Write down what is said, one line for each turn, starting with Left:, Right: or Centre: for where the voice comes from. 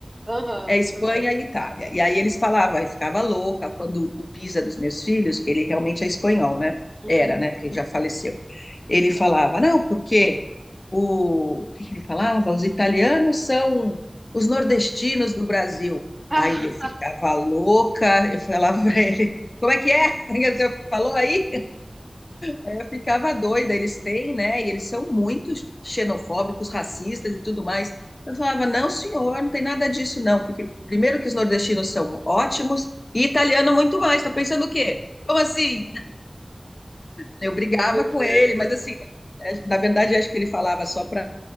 Right: Aham,
Left: é Espanha
Right: aham.
Left: e Itália. E aí eles falavam, eu ficava louca quando o Pisa dos meus filhos, que ele realmente é espanhol, né?
Right: Hum.
Left: Era, né? Porque ele já faleceu. Ele falava, não, porque o, o que que ele falava? Os italianos são os nordestinos do Brasil.
Right: Ah,
Left: Aí eu ficava louca, eu falava <laughs> para ele, como é que é <laughs> que você falou aí? É, Eu ficava doida, eles têm, né? E eles são muito xenofóbicos, racistas e tudo mais. Eu falava, não, senhor, não tem nada disso, não, porque primeiro que os nordestinos são ótimos e italiano muito mais. Tá pensando o quê? Como assim? Eu brigava
Right: pois
Left: com
Right: é,
Left: ele,
Right: são-
Left: mas assim, eh, na verdade, eu acho que ele falava só para